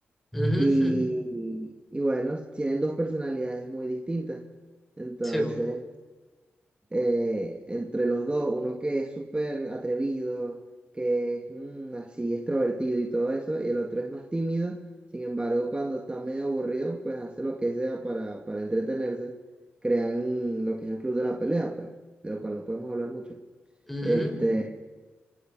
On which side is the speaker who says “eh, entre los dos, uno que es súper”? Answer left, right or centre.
Right